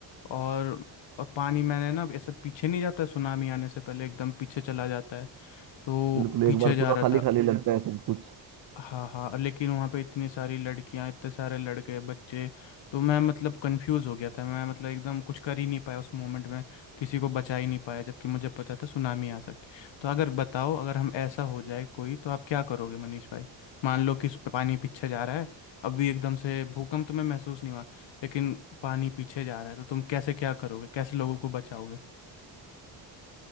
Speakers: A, on the left; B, on the right.
A: और और पानी मैंने ना ऐसे पीछे नहीं जाता सुनामी आने से पहले एकदम पीछे चला जाता है तो
B: बिल्कुल
A: पीछे
B: एक बार
A: जा
B: पूरा
A: रहा
B: खाली
A: था
B: खाली लगता है सब कुछ
A: हाँ हाँ लेकिन वहाँ पे इतनी सारी लड़कियाँ इतने सारे लड़के बच्चे तो मैं मतलब कंफ्यूज हो गया था मैं मतलब एकदम कुछ कर ही नहीं पाया उस मोमेंट में किसी को बचा ही नहीं पाया जबकि मुझे पता था सुनामी आ सकती तो अगर बताओ अगर हम ऐसा हो जाए कोई तो आप क्या करोगे मनीष भाई मान लो कि इस पे पानी पीछे जा रहा है अभी एकदम से भूकंप तुम्हें महसूस नहीं हुआ लेकिन पानी पीछे जा रहा है तो तुम कैसे क्या करोगे कैसे लोगों को बचाओगे